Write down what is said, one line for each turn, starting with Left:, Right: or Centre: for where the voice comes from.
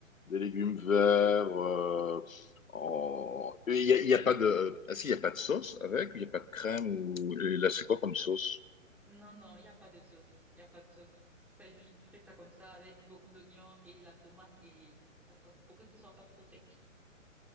Left: des légumes verts, euh, en- il n'y a, il y a pas de... Ah si, il n'y a pas de sauce avec, il n'y a pas de crème ou... et Là, c'est quoi comme sauce?
Centre: non, non, il n'y a pas de sauce. Il n'y a pas de sauce. Faites juste frire ça comme ça avec beaucoup d'oignons et la tomate et ça sort- pour que ce soit pas trop sec.